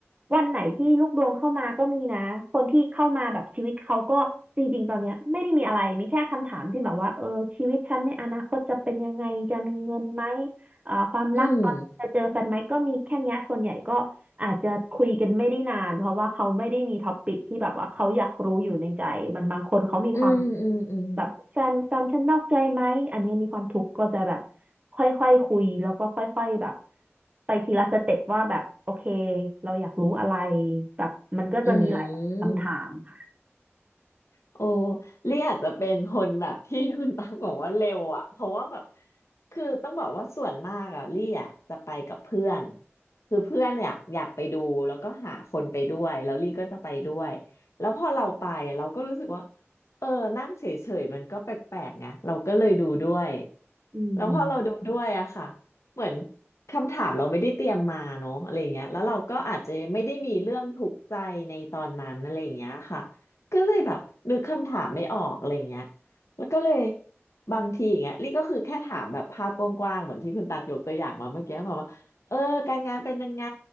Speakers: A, on the right; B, on the left.
A: วันไหนที่ลูกดวงเข้ามาก็มีนะคนที่เข้ามาแบบชีวิตเขาก็จริงๆตอนเนี้ยไม่ได้มีอะไรมีแค่คำถามที่แบบว่าเออชีวิตฉันในอนาคตจะเป็นยังไงจะมีเงินไหมเอ่อความรักตอนจะเจอแฟนไหมก็มีแค่เนี้ยส่วนใหญ่ก็
B: อืม
A: อาจจะคุยกันไม่ได้นานเพราะว่าเขาไม่ได้มีท็อปิกที่แบบว่าเขาอยากรู้อยู่ในใจมันบางคนเขามีความ
B: อืมอืมอืม
A: แบบแฟนแฟนฉันนอกใจไหมอันเนี้ยมีความทุกข์ก็จะแบบค่อยๆคุยแล้วก็ค่อยๆแบบไปทีละสเต็ปว่าแบบโอเคเราอยากรู้อะไรแบบมันก็จะมีหลายคำถามค่ะ
B: อืม โอ้ลี่อาจจะเป็นคนแบบที่คุณตังบอกว่าเร็วอ่ะ เพราะว่าแบบคือต้องบอกว่าส่วนมากอ่ะลี่อ่ะจะไปกับเพื่อนคือเพื่อนอยากอยากไปดูแล้วก็หาคนไปด้วยแล้วลี่ก็จะไปด้วย แล้วพอเราไปอะเราก็รู้สึกว่า เออนั่งเฉยๆมันก็แปลกๆนะเราก็เลยดูด้วย
A: อืม
B: แล้วพอเราดูด้วยอะค่ะเหมือนคำถามเราไม่ได้เตรียมมาเนาะอะไรอย่างเงี้ยแล้วเราก็อาจจะไม่ได้มีเรื่องทุกข์ใจในตอนนั้นอะไรอย่างเงี้ยค่ะก็เลยแบบนึกคำถามไม่ออกอะไรอย่างเงี้ยแล้วก็เลยบางทีอย่างเงี้ยลี่ก็คือแค่ถามแบบภาพกว้างๆเหมือนที่คุณตักยกตัวอย่างมาเมื่อกี้บบกว่าเออการงานเป็นยังไง